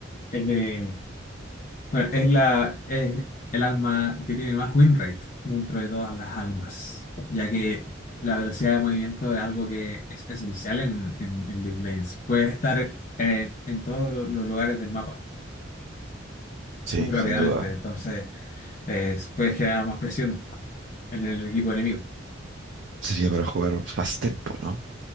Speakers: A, on the left (about 40°); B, on the right (about 65°).
A: El de... Bueno, es la, es el alma que tiene más win rate dentro de todas las almas, ya que la velocidad de movimiento es algo que es esencial en, en, en League of Legends. Puedes estar en, en todos lo- los lugares del mapa
B: Sí,
A: muy rápidamente,
B: sin duda.
A: entonces Es- puede generar más presión en el equipo enemigo.
B: Sería para jugar Fast Tempo, ¿no?